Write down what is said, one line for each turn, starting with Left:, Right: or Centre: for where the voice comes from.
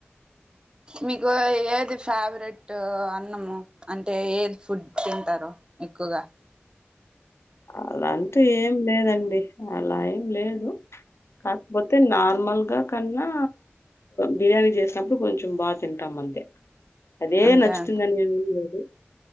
Right: మీకు ఏది ఫేవరెట్ అన్నము అంటే ఏది ఫుడ్ తింటారు. ఎక్కువగా
Left: అలాంటి ఏం లేదండి అలా ఏం లేదు. కాకపోతే నార్మల్ గా కన్నా బిర్యానీ చేసినప్పుడు కొంచెం బా తింటాం. అంతే అదే
Right: అంతే
Left: నచ్చుతుందని
Right: అంట
Left: ఏమిలేదు.